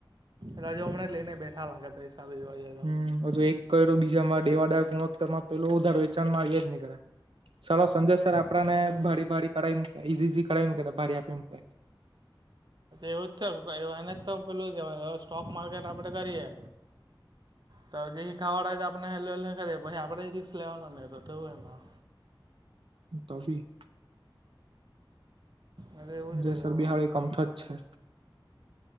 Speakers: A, on the right; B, on the right.
A: રજ હમણાં લઈને બેઠા લાગે તો હિસાબે જોવા જઈ.
B: હમ એક કર તો બીજા માં દેવાદાર ગુણોતર માં પેલો ઉધાર વેચાણ મા આવીયા જ ની કરે. ચાલો સંજય સર આપડને
A: હમ હમ
B: ભડી ભડી કરાવી મકે ઇઝી ઝી કરાવી મૂકે ભારી આપી મૂકે.
A: એવું જ છે એને તો પેલું કે સ્ટોક માર્કેટ આપડે કરીએ. ત જે હિખાવવા વાળા હોય તો તે આપણે હેલૂહેલૂ આપણેે રિક્સ લેવાનોને તેવું એમાં.
B: કાફી <unintelligible>
A: એટલે એવું
B: સંજયસ
A: જ રહે આમાં
B: બિહાળ એકમથ જ છે.